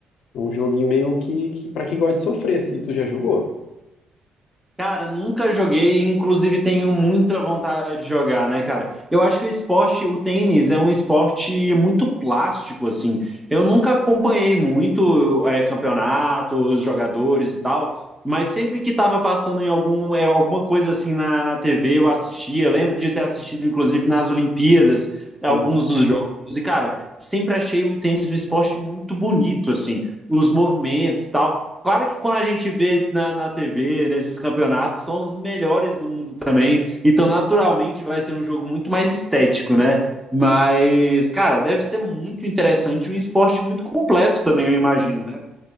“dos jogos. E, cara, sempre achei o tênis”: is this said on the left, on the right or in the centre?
Centre